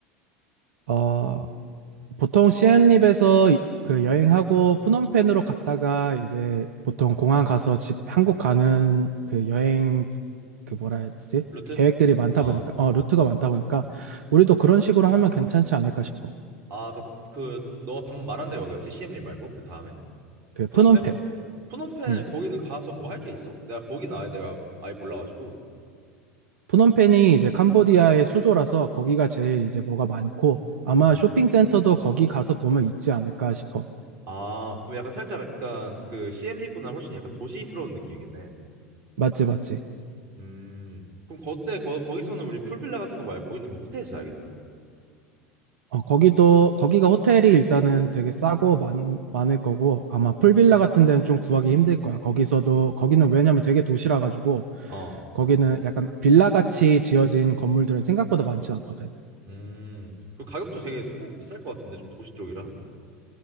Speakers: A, on the right (about 70°); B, on the right (about 40°).
A: 어, 보통 시엠립에서 이- 그 여행하고 푸놈펜으로 갔다가 이제 보통 공항 가서 집 한국 가는 그 여행 그 뭐라 해야 되지?
B: 루트?
A: 계획들이 많다
B: 어,
A: 보니까 어 루트가
B: 어.
A: 많다 보니까 우리도 그런 식으로 하면 괜찮지 않을까 싶어.
B: 아, 그, 그, 너가 방금 말한 데가 어디였지? CM림 말고 그 다음에?
A: 그 프놈펜.
B: 푸놈펜? 푸놈펜
A: 음.
B: 거기는 가서 뭐 할 게 있어? 내가 거기는 아예 내가 아예 몰라가지고.
A: 프놈펜이 이제 캄보디아의 수도라서 거기가 제일 이제 뭐가 많고 아마
B: 음.
A: 쇼핑센터도 거기 가서 보면 있지 않을까 싶어.
B: 아, 그럼 약간 살짝 약간 그 CM림보다 훨씬 약간 도시스러운 느낌이겠네.
A: 맞지, 맞지.
B: 음. 그럼 그때 거, 거기서는 우리 풀빌라 같은 거 말고 거기는 그럼 호텔에서 자야겠다.
A: 어, 거기도 거기가 호텔이 일단은 되게 싸고 많, 많을 거고 아마 풀빌라 같은 데는 좀 구하기 힘들 거야. 거기서도 거기는 왜냐면 되게 도시라 가지고
B: 어.
A: 거기는 약간 빌라 같이 지어진 건물들은 생각보다 많지 않거든.
B: 음. 그 가격도 되게 상당히 비쌀 것 같은데 좀 도시 쪽이라.